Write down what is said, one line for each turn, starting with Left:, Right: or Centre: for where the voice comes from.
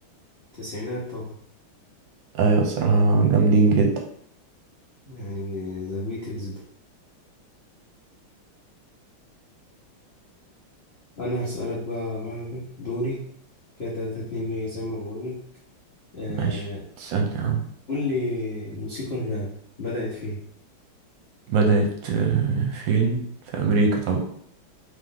Left: التسعينات طبعا
Right: أيوة صراحة جامدين جدا
Left: يعني ذا بيتلز ده. أنا هسألك بقى مهجر دوري كده تلاتة اتنين ليا زي ما بقولنا آه
Right: ماشي تسألني يا عم
Left: قول لي موسيقى الراب بدأت فين؟
Right: بدأت آه، فين؟ في أمريكا طبعا